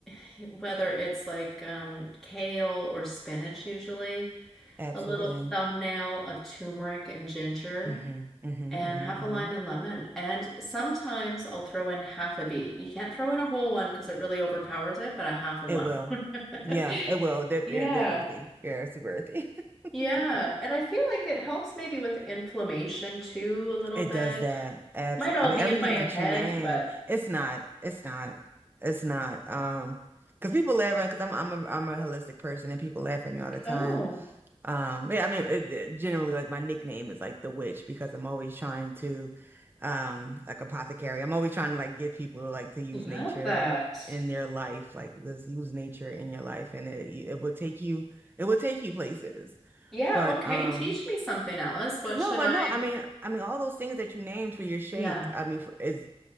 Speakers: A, in the centre; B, on the right.
A: <sighs> whether it's like um, kale or spinach, usually
B: Absolutely.
A: a little thumbnail of turmeric and ginger,
B: hmm hmm
A: and
B: hmm
A: half a lime
B: hmm
A: and lemon. And sometimes I'll throw in half a beet. You can't throw in a whole one because it really overpowers it, but a half a
B: It
A: one.
B: will.
A: <laughs>
B: Yeah, it will. They're, they're
A: Yeah.
B: they're earthy. Yeah, they super earthy. <laughs>
A: Yeah, and I feel like it helps maybe with inflammation too, a little
B: It
A: bit.
B: does that. Abs.
A: Might all
B: I mean,
A: be
B: everything
A: in my
B: that
A: head,
B: you name,
A: but.
B: it's not. It's not. It's not. Um, because people laugh at because I'm I'm a I'm a holistic person, and people laugh at me all the time
A: Oh,
B: Um, yeah, I mean, it, it- generally, like my nickname is like the witch because I'm always trying to, um, like apothecary. I'm always trying to like get people like to use
A: love
B: nature
A: that.
B: in their life, like let's use nature in your life, and it it will take you it will take you places.
A: Yeah,
B: But
A: okay.
B: um,
A: Teach me something, Alice. What
B: no,
A: should
B: but
A: I?
B: no, I mean, I mean, all those things that you named for your shake,
A: Yeah,
B: I mean, for, is